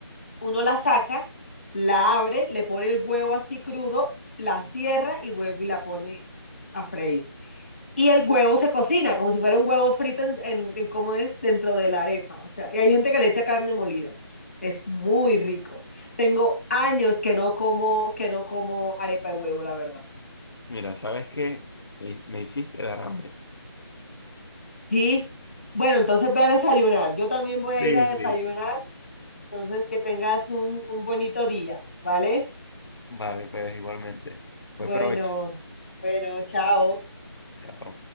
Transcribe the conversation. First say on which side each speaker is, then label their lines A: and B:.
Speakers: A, on the left; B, on the left.
A: uno la saca, la abre, le pone el huevo así crudo, la cierra y vuelve y la pone a freír. Y el huevo se cocina como si fuera un huevo frito en, en, en cómo es dentro de la arepa. O sea, y hay gente que le echa carne molida. Es muy rico. Tengo años que no como, que no como arepa de huevo, la verdad.
B: Mira, ¿sabes qué? Me, me hiciste dar hambre.
A: Sí. Bueno, entonces ve a desayunar. Yo también voy
B: Sí,
A: a ir a
B: sí.
A: desayunar. Entonces, que tengas un, un bonito día, ¿vale?
B: Vale, pues igualmente.
A: Bueno,
B: Buen provecho.
A: bueno, chao.
B: Chao.